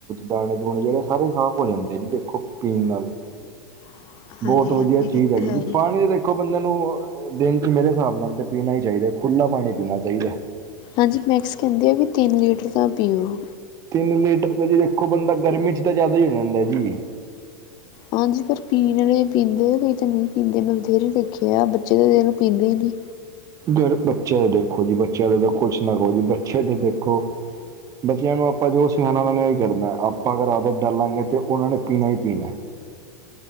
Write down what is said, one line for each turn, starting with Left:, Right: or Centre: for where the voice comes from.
Right: ਦਾਣੇ ਦੂਣੇ ਜਿਹੜੇ ਸਾਰੇ ਸਾਫ਼ ਹੋ ਜਾਂਦੇ ਆ। ਜੀ ਦੇਖੋ ਪੀਣ ਨਾਲ
Left: <unintelligible>
Right: ਬੋਤ ਵਧੀਆ
Left: ਇਹ
Right: ਚੀਜ਼ ਹੈਗੀ।
Left: ਤਾਂ ਹੈ
Right: ਨੁਕਸਾਨ
Left: ਹੀ।
Right: ਨੀ ਏਦੇ ਖੋ ਬੰਦੇ ਨੂੰ ਦਿਨ ਚ ਮੇਰੇ ਹਿਸਾਬ ਨਾਲ ਤੇ ਪੀਣਾ ਈ ਚਾਈਦੈ ਖੁੱਲਾ ਪਾਣੀ ਪੀਣਾ ਚਾਈਦੈ।
Left: ਹਾਂਜੀ ਮੈਕਸ ਕੈਂਦੇ ਆ ਵੀ ਤਿੰਨ ਲੀਟਰ ਤਾਂ ਪੀ ਔ।।
Right: ਤਿੰਨ ਲੀਟਰ ਤਾਂ ਜੀ ਦੇਖੋ ਬੰਦਾ ਗਰਮੀ ਚ ਤਾਂ ਜ਼ਿਆਦਾ ਈ ਹੋ ਜਾਂਦਾ ਜੀ।
Left: ਹਾਂਜੀ ਪਰ ਪੀਣ ਅਲੇ ਪੀਂਦੇ ਕੋਈ ਤਾਂ ਨੀ ਪੀਂਦੇ ਮੈਂ ਬਥੇਰੇ ਦੇਖ ਕਯਾ ਬੱਚੇ ਤਾਂ ਮੇਰੇ ਪੀਂਦੇ ਈ ਨੀ
Right: ਗੁੜ ਬੱਚੈ ਦੇਖੋ ਜੀ ਬੱਚੇਯਾ ਦਾ ਦੇਖੋ ਕੁਛ ਨਾ ਕਹੋ ਜੀ <unintelligible> ਬੱਚਿਆਂ ਦੇ ਦੇਖੋ ਬੱਚਿਆਂ ਨੂੰ ਆਪਾਂ ਜੋ ਸਿਖਾਣਾ ਔਨਾਂ ਨੇ ਔਈ ਕਰਨਾ ਆਪਾਂ ਅਗਰ ਆਦਤ ਡਾਲਾਂਗੇ ਤੇ ਪੀਨਾਂ ਈ ਪੀਨੈ।